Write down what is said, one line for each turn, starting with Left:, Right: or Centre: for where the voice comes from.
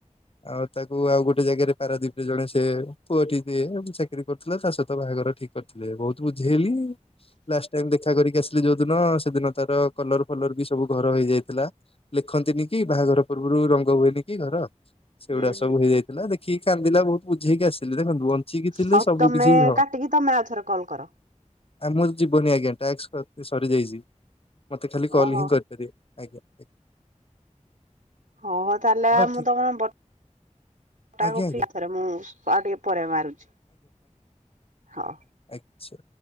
Left: ଆଉ ତାକୁ ଆଉ ଗୋଟେ ଜାଗାରେ ପାରାଦଵୀପ ରେ ଜଣେ ସେ ପୁଅଟି ଦିଏ ଚାକିରି କରୁଥିଲା ତା ସହିତ ବାହାଘର ଠିକ କରିଥିଲେ ବହୁତ ବୁଝା ହେଲି ଲାଷ୍ଟ ଟାଇମ ଦେଖା କରିକି ଆସିଲି ଯୋଉ। ସେ ଦିନ ସେଦିନ ତାର କଲର ଫଲର ବି ସବୁ ଘର ହେଇଯାଇଥିଲା ଲେଖନ୍ତିନି। କି ବାହାଘର ପୂର୍ବରୁ ରଙ୍ଗ ହୁଏନି କି ଘର ସେଗୁଡା
Right: ହୁଁ ହୁଁ।
Left: ସବୁ ହେଇଯାଇଥିଲା ଦେଖ। କି କାନ୍ଦିଲା ବହୁତ ବୁଝେଇକି ଆସିଲି ଧନ। ବଞ୍ଚିକି ଥିଲେ
Right: ହଉ
Left: ସବୁ
Right: ତମେ
Left: କିଛି ହଵ।
Right: କାଟିକି ତମେ ଆଉଥରେ କଲ୍ କର
Left: ଆଉ ମୋର ଯିବନି ଆଜ୍ଞା ଟାସ୍କ। ସରିଯାଇଛି ମୋତେ ଖାଲି କଲ୍
Right: ଓହୋ।
Left: ହିଁ କରିପାରିବେ ଆଜ୍ଞା।
Right: ହଁ ତାହେଲେ
Left: ହଉ
Right: ମୁଁ
Left: ଠିକ
Right: ତମଟା
Left: ଆଜ୍ଞା ଆଜ୍ଞା
Right: ଫି ଥରେ ମୁଁ। ହଁ ଟିକେ ପରେ ମାରୁଛି ହଁ।
Left: ଆଛା।